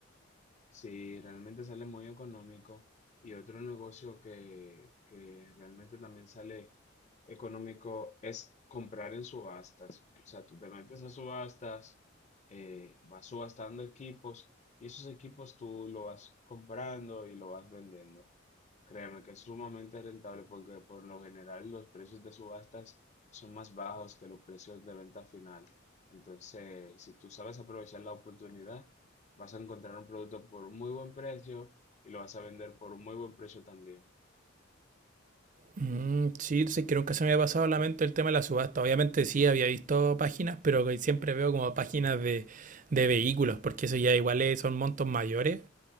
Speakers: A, on the left (about 35°); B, on the right (about 40°).
A: Sí, realmente sale muy económico. Y otro negocio que, que realmente también sale económico es comprar en subastas. O sea, tú te metes a subastas, eh, vas subastando equipos y esos equipos tú lo vas comprando y lo vas vendiendo. Créeme que es sumamente rentable porque por lo general los precios de subastas son más bajos que los precios de venta final. Entonces, si tú sabes aprovechar la oportunidad, vas a encontrar un producto por un muy buen precio y lo vas a vender por un muy buen precio también.
B: Mm, sí, sí, creo que se me había pasado a la mente el tema de la subasta. Obviamente sí había visto páginas, pero que siempre veo como páginas de, de vehículos, porque eso ya igual es- son montos mayores,